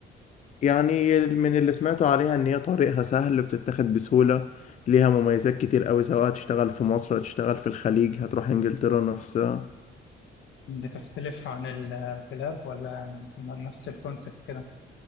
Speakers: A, on the left; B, on the left.
A: يعني من اللي سمعته عليها ان هي طريقها سهل بتتاخد بسهولة ليها مميزات كتير قوي سواء هتشتغل في مصر هتشتغل في الخليج هتروح انجلترا نفسها
B: بتختلف عن البلاد ولا نفس الكونسبت كده